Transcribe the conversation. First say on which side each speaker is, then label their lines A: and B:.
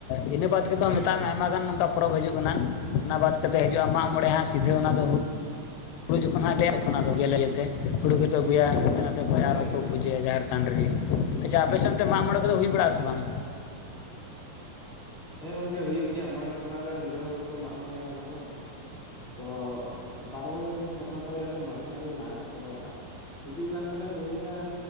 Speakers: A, on the left; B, on the left.
A: ᱤᱱᱟᱹ ᱵᱟᱫᱽ ᱠᱟᱛᱮᱫ ᱦᱚᱸ
B: ᱦᱮᱸ
A: ᱢᱮᱛᱟᱜ
B: ᱦᱮᱸ
A: ᱢᱮ ᱟᱭᱢᱟ ᱜᱟᱱ ᱱᱚᱝᱠᱟ ᱯᱚᱨᱚᱵᱽ ᱦᱤᱡᱩᱜ ᱠᱟᱱᱟ ᱚᱱᱟ ᱵᱟᱫ ᱠᱟᱛᱮᱫ ᱦᱤᱡᱩᱜ-ᱟ ᱢᱟᱜᱽ ᱢᱚᱬᱮ ᱦᱟᱸᱜ ᱥᱤᱫᱷᱟᱹ ᱚᱱᱟ ᱫᱚ ᱦᱲ ᱦᱩᱲᱩ ᱡᱚᱠᱷᱚᱱ ᱦᱟᱸᱜ ᱜᱮᱞᱮ ᱛᱚᱱᱟᱜ ᱫᱚ ᱜᱮᱞᱮ ᱡᱮᱛᱮ ᱦᱩᱲᱩ ᱜᱮᱠᱚ ᱟᱹᱜᱩᱭᱟ ᱦᱟᱱᱛᱮ ᱱᱟᱛᱮ ᱠᱷᱚᱱ
B: ᱦᱮᱸ
A: ᱟᱨ ᱦᱚᱸ
B: ᱜᱚᱝᱠᱮ
A: ᱠᱚ ᱯᱩᱡᱟᱹᱭᱟ ᱡᱟᱨ ᱰᱟᱱᱨᱤ ᱟᱪᱪᱷᱟ ᱟᱯᱮ ᱥᱮᱱ ᱚᱱᱛᱮ ᱢᱟᱜ ᱢᱚᱬᱮ ᱠᱚᱫᱚ ᱦᱩᱭ ᱵᱟᱲᱟᱜ
B: ᱟᱪᱪᱷᱟ
A: ᱟ ᱥᱮ ᱵᱟᱝ
B: ᱟᱪᱪᱷᱟ ᱦᱮᱸ ᱜᱚᱝᱠᱮ ᱦᱩᱭᱩᱜ ᱜᱮᱭᱟ ᱢᱚᱬᱮ ᱥᱮᱨᱢᱟ ᱨᱮ ᱢᱤᱫ ᱫᱷᱟᱣ ᱜᱮ ᱠᱚ ᱢᱟᱜ ᱢᱚᱬᱮᱜᱟ ᱚᱱᱟ ᱢᱟ ᱛᱚ ᱯᱟᱨᱚᱢᱮᱱ ᱥᱮᱨᱢᱟ ᱯᱟᱞᱮᱫ ᱞᱮ ᱢᱟᱜ ᱢᱚᱬᱮ ᱞᱮᱱᱟ, ᱛᱚ ᱦᱤᱡᱩᱜ ᱠᱟᱱ ᱵᱚᱞᱮ ᱫᱩᱦᱟᱡᱟᱨ